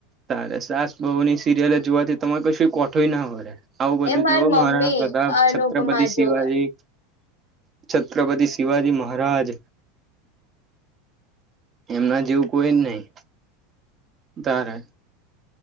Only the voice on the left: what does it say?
એ
મારી
મમ્મી
અનુપમા
જોવે